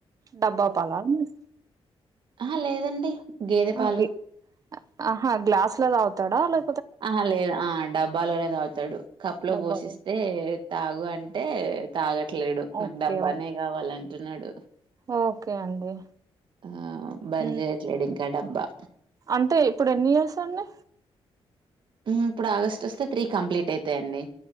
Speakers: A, on the right; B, on the right.
A: డబ్బా పాలా అండి.
B: అహా లేదండి గేదె పాలు.
A: అంతే ఆహా గ్లాస్ లో తాగుతడా లే
B: ఆహా లేదు ఆ డబ్బాలోనే తాగుతడు కప్పులో
A: డబ్బా
B: పోషిస్తే తాగు అంటే. తాగట్లేడు నాకు
A: ఓకే
B: డబ్బానే
A: ఓకే
B: కావాలంటున్నాడు.
A: ఓకే అండి
B: ఆ బంజేయట్లేడు
A: మ్మ్
B: ఇంకా డబ్బా.
A: అంటే ఇప్పుడు ఎన్ని ఇయర్స్ అండి.
B: ఊ ఇప్పుడు ఆగస్ట్ వస్తే త్రీ కంప్లీట్ అయితయిండి.